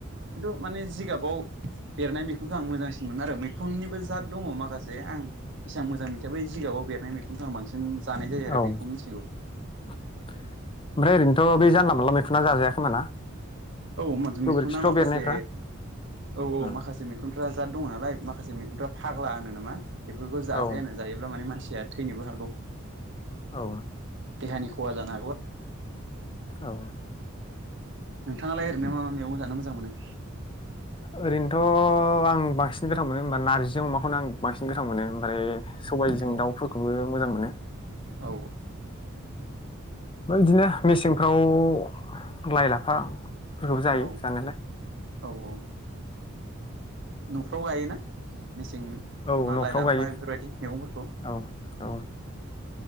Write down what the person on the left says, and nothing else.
औ ओमफ्राय
ओरैनोथ' बे जानला मोनला मैखुना जाजाया खोमा ना?
गोबोरखिफ्राव
बेरनायफ्रा
उम
औ
औ।
औ।
ओरैनोथ' आं बांसिन गोथाव मोनो होनबा नारजिजों अमाखौनो आं बांसिन गोथाव मोनो ओमफ्राय सबाइजों
दाउफोरखौबो मोजां मोनो।
ओमफ्राय बिदिनो मेसेंफ्राव लाइ-लाफा फोरखौबो जायो
जानायालाय।
औ
न'फ्राव
गायो
औ औ।